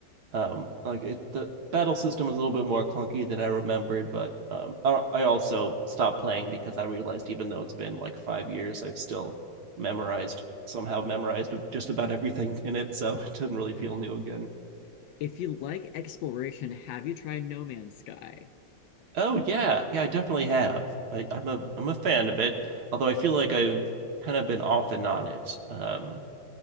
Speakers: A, on the right; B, on the left.
A: um like it, the battle system was a little bit more clunky than i remembered but um I, I also stopped playing because i realized even though it's been like five years i've still memorized somehow memorized just about everything in it so <laughs> it didn't really
B: Yeah.
A: feel new again
B: If you like exploration, have you tried No Man's Sky?
A: oh yeah yeah i definitely have I, i'm a i'm a fan of it although i feel like i've kind of been off and on it um